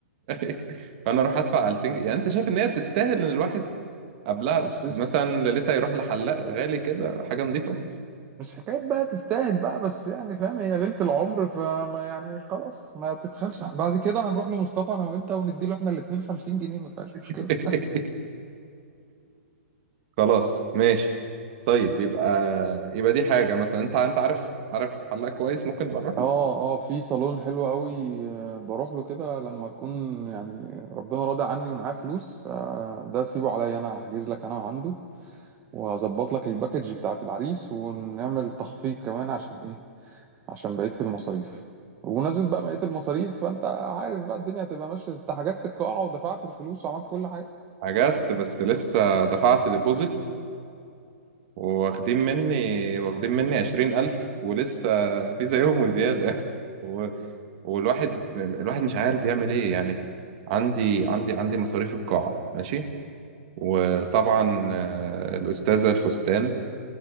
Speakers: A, on the right (about 35°); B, on the right (about 20°).
A: <laughs> فانا اروح ادفع 2000 جنيه يعني انت شايف ان هي تستاهل ان الواحد قبلها
B: مش تست
A: مثلا ليلتها يروح لحلاق غالي كده حاجة نظيفة
B: مش مش حكاية بقى تستاهل بقى بس يعني فاهم هي ليلة العمر فما يعني خلاص ما تبخلش بعد كده هنروح لمصطفى انا وانت ونديله احنا الاتنين خمسين جنيه ما فيهاش مشكلة
A: <laughs> خلاص ماشي طيب يبقى يبقى دي حاجة مثلا انت انت عارف عارف حلاق كويس ممكن نبقى نروح
B: اه
A: له
B: اه في صالون حلو قوي آه، بروح له كده لما اكون يعني ربنا راضي عني ومعايا فلوس آه، ده سيبه عليا انا هحجز لك انا عنده وهظبط لك الباكج بتاعت العريس ونعمل تخفيض كمان عشان ايه عشان بقية المصاريف وبمناسبة بقى بقية المصاريف فأنت عارف بقى الدنيا هتبقى ماشية أنت حجزت القاعة ودفعت الفلوس وعملت كل حاجة
A: عجزت بس لسه دفعت ديبوزيت واخدين مني واخدين مني عشرين ألف ولسه في زيهم وزيادة <laughs> و... والواحد الواحد مش عارف يعمل ايه يعني عندي عندي عندي مصاريف القاعة ماشي وطبعا آه، الأستاذة الفستان